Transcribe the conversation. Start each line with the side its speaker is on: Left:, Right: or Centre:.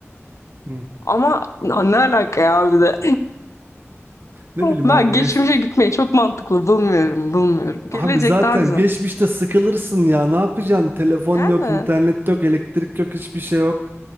Right: Hı.
Left: Ama ne ne alaka ya bir de.
Right: Ne
Left: <laughs>
Right: bileyim
Left: Ben
Right: abi
Left: geçmişe
Right: geçmiş.
Left: gitmeyi çok mantıklı bulmuyorum, bulmuyorum. Gelecek
Right: Abi zaten
Left: daha güzel.
Right: geçmişte sıkılırsın ya. Ne yapacaksın? Telefon
Left: Yani
Right: yok, internet yok, elektrik yok, hiçbir şey yok.